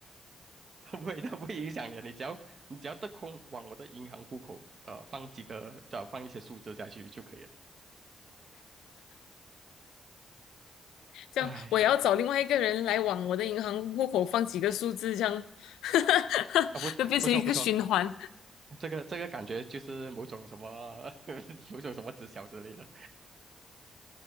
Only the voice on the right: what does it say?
<laughs> 他不会他不会影响你的。你只要你只要得空往我的银行户口呃放几个，呃放一些数字下去就可以了。
哎呀，
啊不不错不错，
这个这个感觉就是某种什么 <laughs> 某种什么直销之类的。